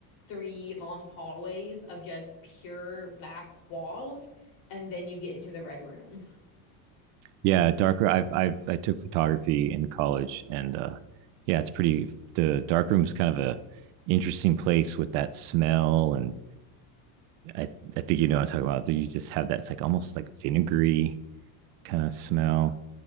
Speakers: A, on the left (about 50°); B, on the right (about 60°).
A: three long hallways of just pure black walls, and then you get into the red room.
B: Yeah, darker. I've I've I took photography in college, and uh, yeah, it's pretty. The dark room's kind of a interesting place with that smell and I, I think you know what I'm talking about. You just have that it's like almost like vinegary kind of smell.